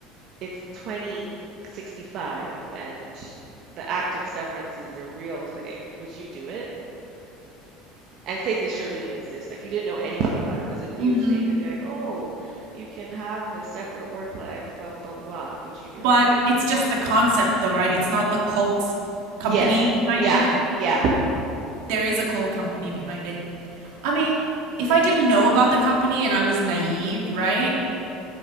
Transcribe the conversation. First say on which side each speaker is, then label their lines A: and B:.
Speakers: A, on the right; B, on the right.
A: it's 2065 and the act of severance is a real thing, would you do it? And say this show didn't exist, like you didn't know anything about it, it was a new
B: hmm
A: thing, and they're like, "Oh, you can have a separate work life, blah blah blah blah blah." Would you do
B: But
A: it?
B: it's just the concept, though, right? It's not the cult company
A: Yes.
B: behind
A: Yeah.
B: it.
A: Yeah.
B: there is a coal company behind it. I mean, if I didn't know about the company and I was
A: hmm
B: naive, right?
A: hmm